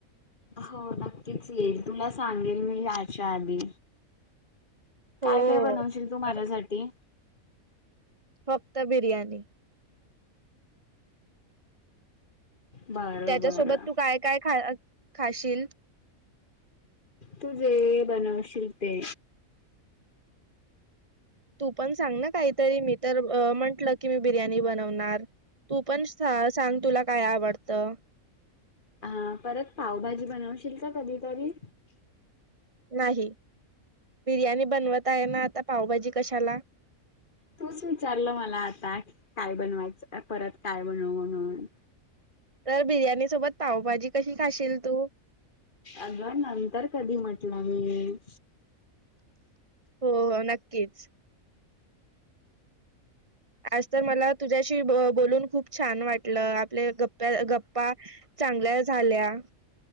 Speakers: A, on the left; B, on the right.
A: हो नक्कीच येईल, तुला सांगेल मी याच्या आधी.
B: हो,
A: काय-काय बनवशील तू माझ्यासाठी?
B: अ, फक्त बिर्याणी.
A: बरं
B: त्याच्यासोबत
A: बरं
B: तू काय -काय खा, खाशील?
A: तू जे बनवशील ते.
B: तू पण सांग ना काहीतरी, मी तर म्हंटलं की मी बिर्याणी बनवणार. तू पण सांग तुला काय आवडतं?
A: हा परत पावभाजी बनवशील का कधीतरी?
B: नाही, बिर्याणी बनवत आहे ना आता पावभाजी कशाला?
A: तूच विचारलं मला आता, काय बनवायचं परत काय बनवू म्हणून.
B: तर बिर्याणी सोबत पाव-भाजी कशी खाशील तू?
A: अग नंतर कधी म्हटलं मी.
B: हो, हो नक्कीच. आज तर मला तुझ्याशी बो, बोलून खूप छान वाटलं, आपले गप्प गप्पा चांगल्या झाल्या.